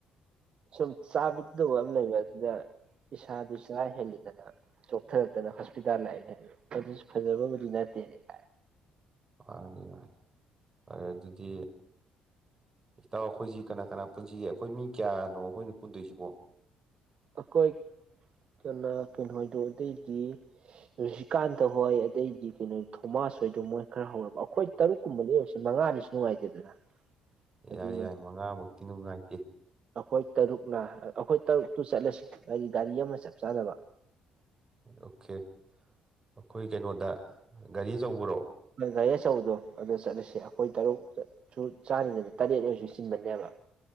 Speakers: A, on the right (about 50°); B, on the right (about 30°).
A: ꯁꯨꯝ ꯆꯥꯕꯤꯗꯕ ꯑꯃ ꯂꯩꯕ ꯑꯗꯨꯗ ꯏꯁꯥꯗꯨ ꯆꯥ ꯍꯦꯂꯗꯅ ꯆꯣꯛꯊꯔꯛꯇꯅ ꯍꯣꯁꯄꯤꯇꯥꯜ ꯂꯥꯛꯏꯅꯦ ꯑꯗꯨꯁꯨ ꯐꯖꯕꯕꯨ ꯅꯠꯇꯦꯅꯦꯥꯏ
B: ꯃꯥꯅꯤ ꯃꯥꯅꯤ ꯐꯔꯦ ꯑꯗꯨꯗꯤ ꯏꯇꯥꯎ ꯑꯩꯈꯣꯏꯁꯤ ꯀꯅꯥ ꯀꯅꯥ ꯄꯨꯟꯁꯤꯒꯦ ꯑꯩꯈꯣꯏ ꯃꯤ ꯀꯌꯥꯅꯣ ꯑꯩꯈꯣꯏꯅ ꯄꯨꯟꯗꯣꯏꯁꯤꯕꯣ
A: ꯑꯩꯈꯣꯏ ꯀꯅꯥ ꯀꯩꯅꯣꯍꯣꯏꯗꯣ ꯑꯗꯩꯗꯤ ꯔꯨꯁꯤꯀꯥꯟꯇ ꯍꯣꯏ ꯑꯗꯩꯗꯤ ꯀꯩꯅꯣ ꯊꯣꯃꯥꯁ ꯍꯣꯏꯗꯣ ꯃꯣꯏ ꯈꯔ ꯍꯧꯔꯕ ꯑꯩꯈꯣꯏ ꯇꯔꯨꯛꯀꯨꯝꯕ ꯂꯩ ꯑꯣꯏꯔꯁꯤ ꯃꯉꯥꯗꯁꯨ ꯅꯨꯡꯉꯥꯏꯇꯦꯗꯅ ꯑꯗꯨꯅ
B: ꯌꯥꯏ ꯌꯥꯏ ꯃꯉꯥꯃꯨꯛꯇꯤ ꯅꯨꯡꯉꯥꯏꯇꯦ
A: ꯍꯣꯏ ꯇꯔꯨꯛꯅ ꯑꯩꯈꯣꯏ ꯇꯔꯨꯛꯇꯨ ꯆꯠꯂꯁꯤ ꯍꯥꯏꯗꯤ ꯒꯥꯔꯤ ꯑꯃ ꯆꯞ ꯆꯥꯅꯕ
B: ꯑꯣꯀꯦ ꯑꯩꯈꯣꯏ ꯀꯩꯅꯣꯗ ꯒꯥꯔꯤ ꯑꯆꯧꯕꯔꯣ
A: ꯀꯌꯦ ꯆ ꯎꯗꯣ ꯑꯗꯨꯗ ꯆꯂꯁ ꯁꯦ ꯑꯩꯈꯣꯏ ꯇꯔꯨꯛꯇꯁꯨ ꯆꯥꯔꯤꯗꯅ ꯇꯔꯦꯠ ꯑꯣꯏꯁꯨ ꯆꯤꯟꯕꯅꯦꯕ